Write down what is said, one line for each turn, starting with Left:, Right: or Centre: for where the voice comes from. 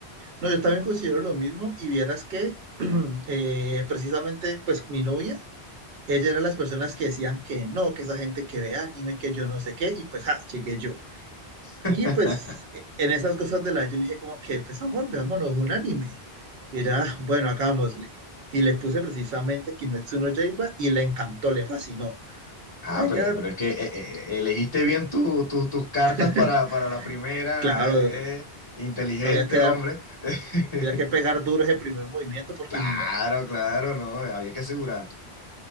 Right: no, yo también considero lo mismo y vieras que <clears throat> eh, precisamente pues mi novia, ella era de las personas que decían que no, que esa gente que ve anime, que yo no sé qué, y pues ja, llegué yo.
Left: <laughs>
Right: Y pues e- en esas cosas de la yo le dije como que pues amor, veámonos un anime. Y ella, "Ah, bueno, hagámosle. Y le puse precisamente Kimetsu no Yaiba y le encantó, le fascinó. O sea,
Left: Ah,
Right: ella,
Left: pero, pero es que eh, eh, eh, elegiste bien tu- tu- tus cartas
Right: <laughs>
Left: para, para la primera,
Right: claro,
Left: eh, inteligente
Right: había que
Left: el
Right: dar,
Left: hombre. <laughs>
Right: había que pegar duro ese primer movimiento porque
Left: Claro,
Right: si no...
Left: claro, no, había que asegurar.